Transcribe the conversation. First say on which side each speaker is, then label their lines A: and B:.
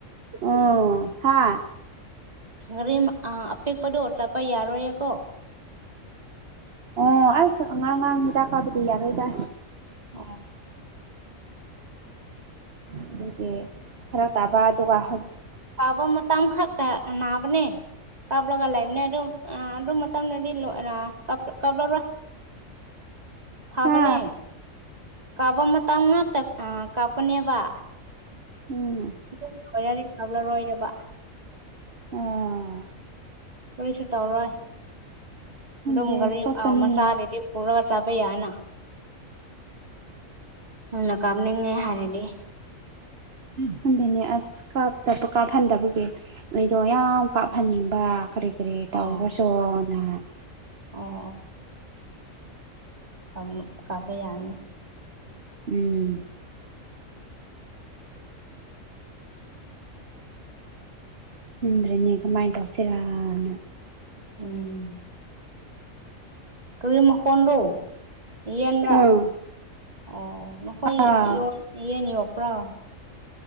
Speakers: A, on the right; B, on the right.
A: ꯑꯣ ꯍꯥ
B: ꯉꯔꯤꯝ ꯑ‌ ꯑꯄꯤꯛꯄꯗꯣ ꯆꯠꯄ ꯌꯥꯔꯣꯏꯌꯦꯀꯣ
A: ꯑꯣ ꯑꯁ ꯑꯉꯥꯡ ꯉꯥꯡ ꯍꯤꯗꯥꯛ ꯀꯥꯞꯄꯗꯤ ꯌꯥꯔꯣꯏꯗꯥ
B: ꯑꯣ
A: ꯑꯗꯨꯒꯤ ꯐꯔꯛ ꯇꯥꯕ ꯑꯗꯨꯒ ꯍꯧꯖꯤꯛ
B: ꯇꯥꯕ ꯃꯇꯝ ꯈꯛꯇ ꯅꯥꯕꯅꯦ ꯀꯞꯂꯒ ꯂꯩꯕꯅꯦ ꯑꯗꯨꯝ ꯑ‌ ꯑꯗꯨ ꯃꯇꯝꯗꯗꯤ ꯂ‌ꯣꯏ ꯔ ꯀꯞ ꯀꯞꯂꯔꯣꯏ
A: <inaudible>
B: ꯐꯥꯕꯅꯦ
A: ꯍꯥ
B: ꯀꯥꯕ ꯃꯇꯝ ꯉꯥꯛꯇ ꯑ ꯀꯥꯞꯄꯅꯦꯕ
A: ꯎꯝ
B: <unintelligible> ꯑꯣꯏꯔꯔꯤ ꯇꯧꯔꯔ‌ꯣꯏꯑꯦꯕ
A: ꯑ
B: ꯀꯔꯤꯁꯨ ꯇꯧꯔꯣꯏ
A: ꯈꯪꯗꯦ
B: ꯑꯗꯨꯝ ꯒꯥꯔꯤ
A: ꯀꯞꯀꯅꯤ
B: ꯑ‌ ꯃꯆꯥꯗꯗꯤ ꯄꯨꯔꯒ ꯆꯠꯄ ꯌꯥꯏꯑꯦꯅ ꯅꯪꯅ ꯀꯥꯞꯅꯤꯡꯉꯦ ꯍꯥꯏꯔꯗꯤ
A: ꯈꯟꯗ‌ꯦꯅꯦ ꯑꯁ ꯀꯥꯞꯇꯕ ꯀꯥꯞꯍꯟꯗꯕꯒꯤ ꯑꯩꯗꯣ ꯌꯥꯝ ꯀꯥꯞꯍꯟꯅꯤꯡꯕ ꯀꯔꯤ ꯀꯔꯤ ꯇꯧꯔꯁ‌ꯣꯅ
B: ꯑꯣ ꯑꯣ ꯑꯣ ꯈꯪꯉꯨꯛ ꯀꯥꯞꯄ ꯌꯥꯏꯅ‌ꯦ
A: ꯎꯝ ꯍꯨꯟꯗ꯭ꯔ‌ꯦꯅꯦ ꯀꯃꯥꯏ ꯇꯧꯁꯤꯔꯥ ꯑꯅ
B: ꯎꯝ ꯀꯔꯤ ꯃꯈ‌ꯣꯟꯔ‌ꯣ ꯌꯦꯟꯔꯥ
A: ꯎꯝ
B: ꯑꯣ ꯅꯈꯣꯏ
A: ꯑꯥ
B: ꯌ‌ꯣꯟ ꯌꯦꯟ ꯌꯣꯛꯄ꯭ꯔꯥ